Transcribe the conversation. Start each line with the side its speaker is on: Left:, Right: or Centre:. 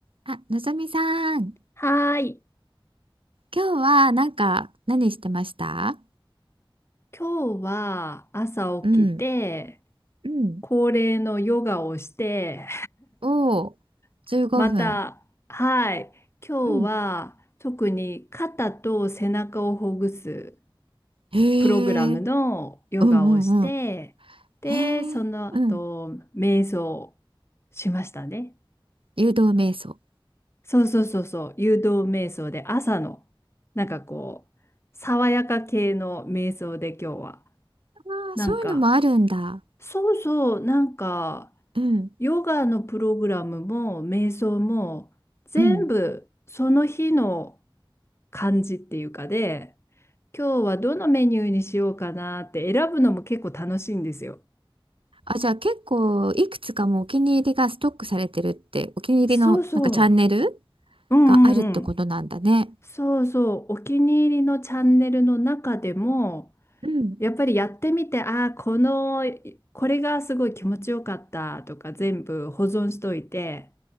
Right: あ、のぞみさん、
Left: はーい。
Right: 今日はなんか何してました
Left: 今日は朝起きて、
Right: うん。うん。
Left: 恒例のヨガをして、
Right: おお、
Left: <laughs>
Right: 15分。
Left: また、はい。今日は特に肩と背中をほぐす
Right: うん。へえ、
Left: プログラムのヨガをして、
Right: うんうんうん。
Left: で、
Right: へえ、
Left: その後、
Right: うん。
Left: 瞑想しましたね。
Right: 誘導瞑想。
Left: そうそうそうそう。誘導瞑想で朝の、なんかこう、爽やか系の瞑想で今日は、
Right: ああ、
Left: なんか、
Right: そういうのもあるんだ。
Left: そうそう、なんか、
Right: うん、
Left: ヨガのプログラムも、瞑想も、全部その日の
Right: うん。
Left: 感じっていうかで、今日はどのメニューにしようかなって選ぶのも結構楽しいんですよ。
Right: あ、じゃあ結構いくつかもうお気に入りがストックされてるって、お気に入りのなんかチャンネル
Left: そうそう。うんうんうん。
Right: があるってことなんだね。
Left: そうそう。お気に入りのチャンネルの中でも、
Right: うん。
Left: やっぱりやってみて、ああ、この、いこれがすごい気持ちよかったとか全部保存しといて、